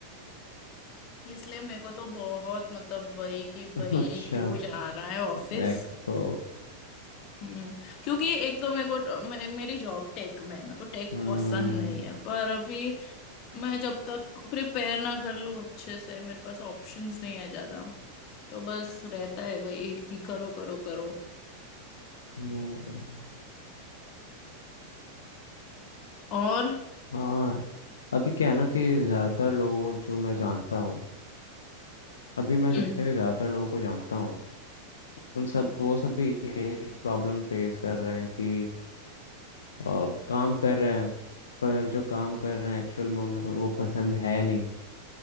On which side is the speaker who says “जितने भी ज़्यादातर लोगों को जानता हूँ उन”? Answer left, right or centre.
Left